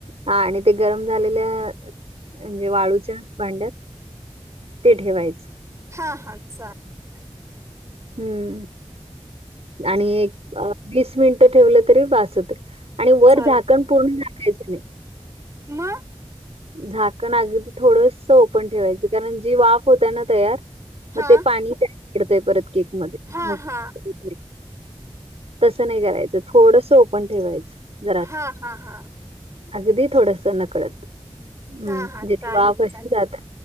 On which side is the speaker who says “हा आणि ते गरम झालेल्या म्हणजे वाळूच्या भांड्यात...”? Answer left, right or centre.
Right